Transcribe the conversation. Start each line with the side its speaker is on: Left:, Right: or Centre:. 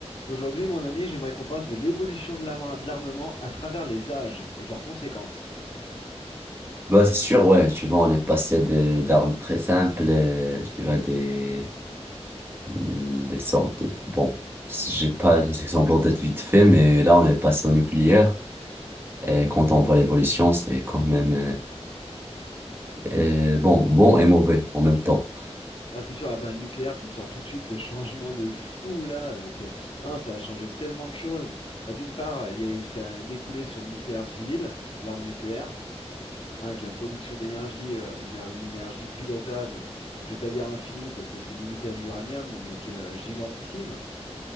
Left: Aujourd'hui, mon ami, j'aimerais qu'on parle de l'évolution de l'ama- de l'armement à travers les âges et de leurs conséquences.
Right: Bah, c'est sûr, ouais, tu vois, on est passé de- d'armes très simples, euh, tu vois, des, des sortes de, bon, j'ai pas les exemples en tête vite fait, mais là, on est passé au nucléaire, et quand on voit l'évolution, c'est quand même, euh, euh, bon, bon et mauvais en même temps.
Left: Ah, c'est sûr, ah bah, le nucléaire, tu me sors tout de suite le changement de fou là. mais c'est... Non, ça a changé tellement de choses. Bah, d'une part, il y a eu ça a découlé sur le nucléaire civil, l'arme nucléaire, hein, avec la production d'énergie, euh, une, éner- une énergie pilotable, je vais pas dire infinie parce que c'est limité à l'uranium, mais qui est euh, gigantissime.